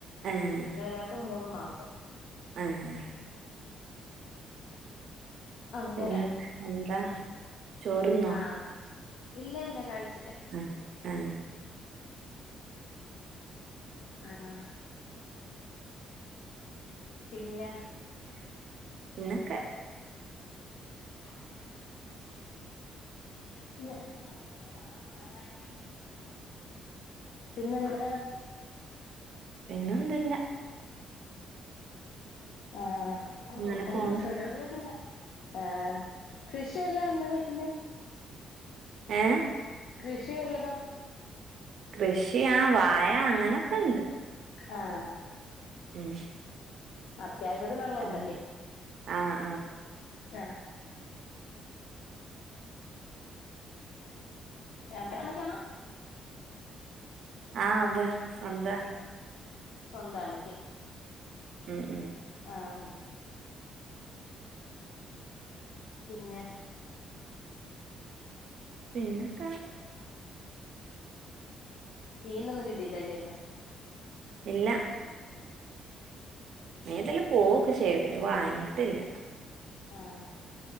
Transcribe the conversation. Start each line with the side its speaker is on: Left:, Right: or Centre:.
Right: ഏഹ്
Left: പിന്നെ ഒരാൾക്ക് മൂന്ന് മാസം.
Right: ഏഹ്
Left: അങ്ങനെ
Right: പിന്നെ എന്താ ചോറ്ന്നോ
Left: ആഹ് ഇല്ല ഇല്ല കഴിച്ചില്ല.
Right: <unintelligible>
Left: ആഹ് പിന്നെ
Right: പിന്നെക്ക
Left: <unintelligible> ഞ്ഞാര <unintelligible> പിന്നെന്താ
Right: പിന്നന്തുല്ല.
Left: ആഹ്
Right: അങ്ങനെ
Left: <unintelligible>
Right: പോണ്
Left: ആ കൃഷിയെല്ലാം ഉണ്ടോ വീട്ട്ല്
Right: ഏഹ്
Left: കൃഷി വല്ലതും
Right: കൃഷിയ ആ വായ അങ്ങനെയൊക്കെണ്ട്.
Left: ആഹ്
Right: ഉം
Left: അത്യാവശ്യത്തിന്ള്ള ഉണ്ടല്ലേ
Right: ആഹ് ആഹ്
Left: ആഹ്. <unintelligible>
Right: ആഹ് അതാ സ്വന്തം.
Left: സ്വന്തണല്ലേ
Right: ഉം ഉം
Left: ആഹ് പിന്നെ
Right: പിന്നൊക്കെ
Left: മീനൊന്നും കിട്ടിയില്ലല്ലേ ഇന്ന്.
Right: ഇല്ല മീൻ ഇതിലേ പോകും ഒക്കെ ചെയ്യും പക്ഷേ വാങ്ങിയിട്ടില്ല.
Left: ആഹ്